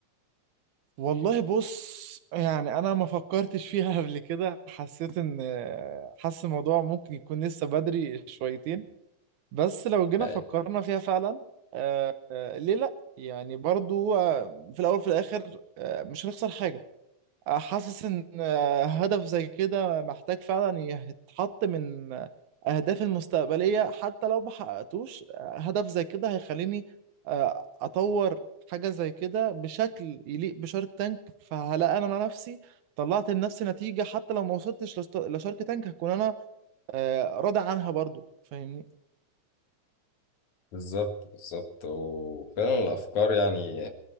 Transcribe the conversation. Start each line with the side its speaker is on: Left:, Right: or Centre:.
Right: والله بص يعني انا ما فكرتش فيها <laughs> قبل كده حسيت ان حاسس الموضوع ممكن يكون لسه بدري شويتين بس لو جينا
Left: يعني
Right: فكرنا فيها فعلا آه، آه، ليه لا يعني برضو هو في الاول وفي الاخر آه، مش هنخسر حاجة حاسس ان آه، هدف زي كده محتاج فعلا يتحط من آه، اهدافي المستقبليه حتى لو ما حققتوش آه، هدف زي كده هيخليني آه، اطور حاجه زي كده بشكل يليق بشارك تانك فهلاقي انا نفسي طلعت لنفسي نتيجه حتى لو ما وصلتش لست- لشارك تانك هكون انا آه، راضي عنها برضو فاهمني
Left: بالظبط بالظبط وفعلا الافكار يعني